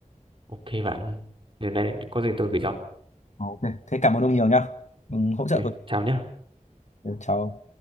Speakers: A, on the right; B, on the left.
A: ok bạn đến đây có gì tôi gửi cho
B: Ờ, ok thế cảm ơn ông nhiều nhá Ừ, hỗ trợ
A: ok
B: tôi
A: chào nhé
B: Ừ, chào ông